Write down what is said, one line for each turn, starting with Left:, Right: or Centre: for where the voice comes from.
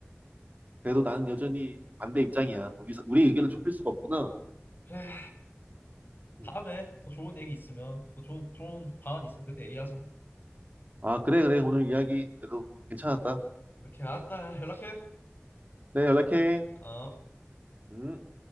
Right: 그래도 나는 여전히 반대 입장이야 우리 사- 우리 의견을 좁힐 수가 없구나
Left: 그래. 다음에
Right: 음.
Left: 더 좋은 얘기 있으면 또 좋은 좋은 방안 있으면 그때 얘기하자.
Right: 아, 그래, 그래. 오늘 이야기 그래도 괜찮았다.
Left: 오케이, 알았다. 연락해.
Right: 네, 연락해.
Left: 어.
Right: 음.